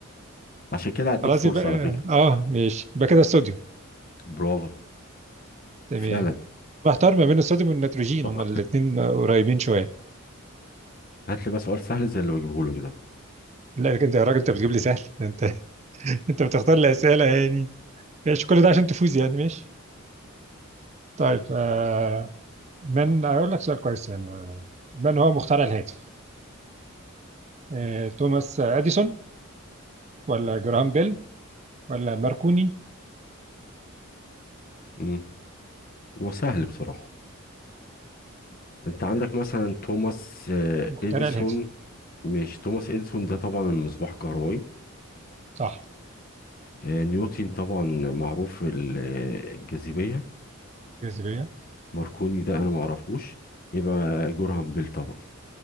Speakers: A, on the left; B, on the right.
A: عشان كده هديك
B: خلاص
A: فرصه
B: يبقى اه
A: على فكره
B: آه، ماشي يبقى كده الصوديوم
A: برافو
B: تمام
A: فعلا
B: محتار ما بين الصوديوم والنيتروجين
A: طب
B: هما الاثنين قريبين شويه
A: هات لي بقى سؤال سهل زي اللي بجيبه لك ده
B: لا لكن انت يا راجل انت بتجيب لي سهل ده انت <laughs> انت بتختار لي اسئله يعني ماشي كل ده عشان تفوز يعني ماشي طيب آه من اقول لك سؤال كويس يعني من هو مخترع الهاتف آه توماس اديسون ولا جراهام بيل ولا ماركوني
A: امم هو سهل بصراحه انت عندك مثلا توماس آه،
B: مخترع
A: اديسون
B: الهاتف
A: مش توماس اديسون ده طبعا المصباح الكهربائي
B: صح
A: آه، نيوتن طبعا معروف ال- آه، الجاذبيه
B: جاذبيه
A: ماركوني ده انا ما اعرفوش يبقى جورهام بيل طبعا